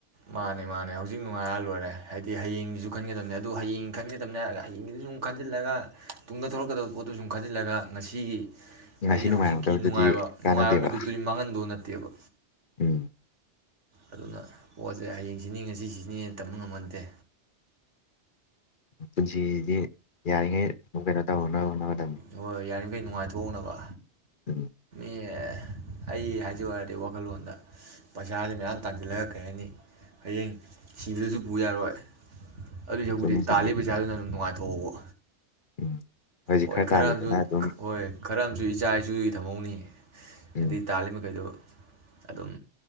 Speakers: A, on the right (about 80°); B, on the left (about 50°).
A: ꯃꯥꯅꯦ ꯃꯥꯅꯦ ꯍꯧꯖꯤꯛ ꯅꯨꯡꯉꯥꯏꯔ ꯂꯣꯏꯔꯦ ꯍꯥꯏꯗꯤ ꯍꯌꯦꯡꯒꯤꯁꯨ ꯈꯟꯒꯗꯕꯅꯦ ꯑꯗꯨꯣ ꯍꯌꯦꯡ ꯈꯟꯒꯗꯕꯅꯦ ꯍꯥꯏꯔꯒ ꯍꯌꯦꯡꯒꯤꯗꯨ ꯁꯨꯝ ꯈꯟꯖꯤꯜꯂꯒ ꯇꯨꯡꯗ ꯊꯣꯂꯛꯀꯗꯕ ꯄꯣꯠꯇꯨ ꯁꯨꯝ ꯈꯟꯖꯤꯜꯂꯒ ꯉꯁꯤꯒꯤ
B: ꯉꯁꯤ
A: ꯍꯥꯏꯗꯤ
B: ꯅꯨꯡꯉꯥꯏꯍꯧꯗꯕꯗꯨꯗꯤ
A: ꯍꯧꯖꯤꯛꯀꯤ ꯅꯨꯡꯉꯥꯏꯕ
B: ꯀꯥꯟꯅꯗꯦꯕ
A: ꯅꯨꯡꯉꯥꯏꯕ ꯃꯤꯀꯨꯞꯇꯨꯗꯤ ꯃꯥꯡꯍꯟꯗꯧ ꯅꯠꯇꯦꯕ
B: ꯎꯝ
A: ꯑꯗꯨꯅ ꯄꯣꯠꯁꯦ ꯍꯌꯦꯡ ꯁꯤꯅꯤ ꯉꯁꯤ ꯁꯤꯅꯤ ꯇꯝꯕ ꯉꯝꯕ ꯅꯠꯇꯦ
B: ꯄꯨꯟꯁꯤꯗꯤ ꯌꯥꯔꯤꯉꯩ ꯑꯗꯨꯝ ꯀꯩꯅꯣ ꯇꯧꯍꯧꯅꯕ ꯍꯣꯠꯅꯕ
A: ꯑꯣ ꯌꯥꯏ ꯑꯩꯈꯣꯏ ꯅꯨꯡꯉꯥꯏꯊꯣꯛꯍꯧꯅꯕ
B: ꯎꯝ
A: ꯑꯦ ꯑꯩ ꯍꯥꯏꯖꯧ ꯍꯥꯏꯔꯗꯤ ꯋꯥꯈꯜꯂꯣꯟꯗ ꯄꯩꯁꯥꯁꯦ ꯃꯌꯥꯝ ꯇꯥꯟꯁꯤꯜꯂꯒ ꯀꯩ ꯍꯥꯏꯅꯤ ꯍꯌꯦꯡ ꯁꯤꯕꯗꯁꯨ ꯄꯨ ꯌꯥꯔꯣꯏ ꯑꯗꯨꯏꯁꯔꯨꯛꯄꯨꯗꯤ
B: ꯆꯨꯝꯃꯤ
A: ꯇꯥꯜꯂꯤ
B: ꯆꯨꯝꯃꯤ
A: ꯄꯩꯥꯁꯥꯗꯨꯅ ꯑꯗꯨꯝ ꯅꯨꯡꯉꯥꯏ ꯇꯧꯋꯥ
B: ꯎꯝ ꯍꯧꯖꯤꯛ
A: ꯍꯣꯏ ꯈꯔ
B: ꯇꯥꯜꯂꯤꯗꯅ
A: ꯑꯝꯖꯨ
B: ꯑꯗꯨꯝ
A: ꯍꯣꯏ ꯈꯔ ꯑꯝꯖꯨ ꯏꯆꯥ ꯏꯁꯨꯒꯤ ꯊꯝꯍꯧꯅꯤ
B: ꯎꯝ
A: ꯑꯗꯨꯏ ꯇꯥꯜꯂꯤ ꯃꯈꯩꯗꯣ ꯑꯗꯨꯝ